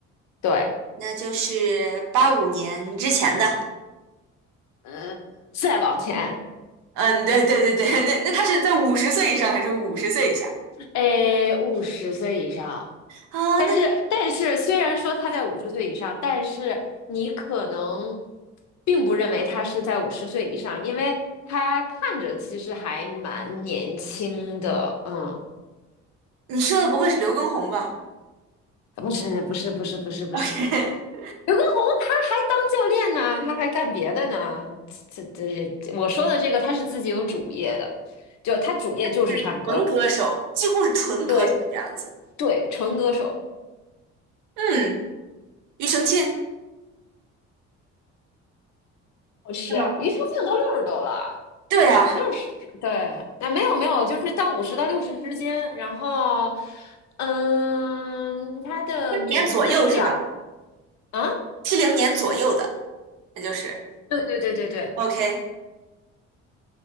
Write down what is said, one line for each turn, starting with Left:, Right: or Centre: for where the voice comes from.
Left: 对，
Right: 那就是八五年之前的。
Left: 嗯，再往前，
Right: 嗯，对对对对，<laughs> 那那他是在五十岁以上还是五十岁以下？
Left: 诶，五十岁以上，
Right: 啊，
Left: 但是但是虽然说他在五十岁以上，
Right: 那
Left: 但是你可能并不认为他是在五十岁以上，因为他看着其实还蛮年轻的，嗯，
Right: 你说的不会是刘畊宏吧
Left: 不是不是不是不是不是，
Right: ？OK <laughs>
Left: 刘畊宏他还当教练呢，他还干别的呢。这这这，我说的这个他是自己有主业的，就他主业就是唱歌，
Right: 是纯歌手，几乎是纯歌手这样子。
Left: 对对，纯歌手。
Right: 嗯，庾澄庆是
Left: 是，
Right: 吗？
Left: 庾澄庆都六十多了，
Right: 对啊，
Left: 六十，对，啊没有没有，就是到五十到六十之间。然后，嗯，他的名字是两
Right: 七零年左右是吧？
Left: 啊，
Right: 七零年左右的，那就是
Left: 对对对对对。
Right: OK。